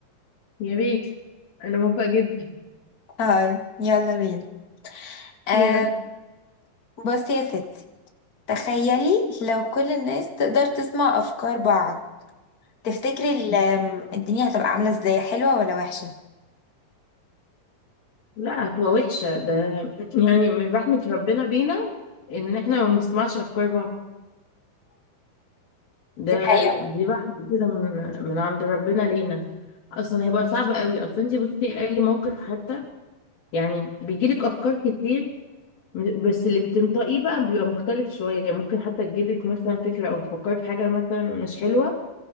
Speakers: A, on the left; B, on the left.
A: يا ريت انا موافقة جدا
B: هاي يلا بينا آه،
A: يلا
B: بصي يا ستي تخيلي لو كل الناس تقدر تسمع افكار بعض تفتكري ال- الدنيا هتبقى عامله ازاي حلوه ولا وحشه
A: لا هتبقى وحشة ده يعني من رحمة ربنا بينا ان احنا ما بنسمعش افكار بعض ده
B: دي
A: دي رحمة كده من من عند ربنا لينا اصلا هيبقى صعب قوي اصلا انت بصي اي موقف حتى يعني بيجيلك افكار كتير م- بس اللي بتنطقيه بقى بيبقى مختلف شوية ممكن حتى تجيلك مثلا فكرة او تفكري في حاجة مثلا مش حلوة